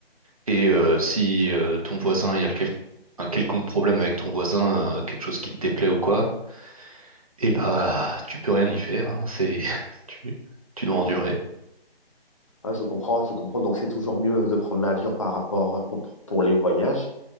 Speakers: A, on the right (about 35°); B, on the left (about 30°).
A: Et euh, si euh, ton voisin, il y a le quel- un quelconque problème avec ton voisin, euh, quelque chose qui te déplaît ou quoi, eh bah tu peux rien y faire, hein, c'est... <laughs> tu, tu dois endurer.
B: Ah, je comprends, je comprends. Donc, c'est toujours mieux de prendre l'avion par rapport euh, pour, pour les voyages.